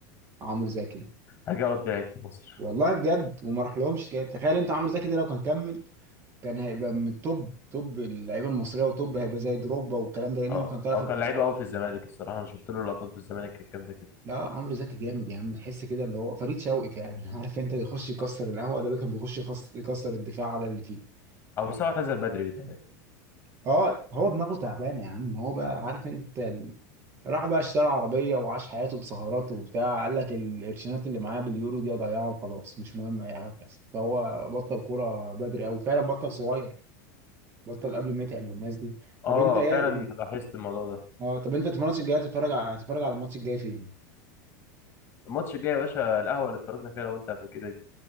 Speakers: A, on the right; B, on the left.
A: عمرو زكي
B: حاجه قضي لعيب في مصر
A: والله بجد وما راح لهمش تخيل انت عمرو زكي ده لو كان كمل كان هيبقى من التوب توب اللعيبه المصريه وتوب هيبقى زي دروجبا والكلام ده لان
B: اه
A: هو كان طالع
B: او
A: في الفترات
B: كان لعيب قوي
A: دي
B: في الزمالك الصراحه انا شفت له لقطات في الزمالك كانت جامده كده
A: لا عمرو زكي جامد يا عم تحس كده اللي هو فريد شوقي فعلا <laughs> عارف انت يخش يكسر القهوه ده كان بيخش يخص- يكسر الدفاع على اللي فيه
B: او
A: بقى.
B: بس هو اعتزل بدري بيتهيألي
A: اه هو دماغه تعبانه يا عم هو بقى عارف انت ال- راح بقى اشترى عربيه وعاش حياته بسهرات وبتاع قال لك القرشينات اللي معايا باليورو دي اضيعها وخلاص مش مهم اي حاجه تحصل فهو بطل كوره بدري او فعلا بطل صغير بطل قبل ما يتعب والناس دي طب
B: اه
A: انت يا
B: فعلا لاحظت الموضوع ده
A: اه طب انت في الماتش الجاي هتتفرج على هتتفرج على الماتش الجاي فين؟
B: الماتش الجاي يا باشا القهوه اللي اتفرجنا فيها انا وانت قبل كده دي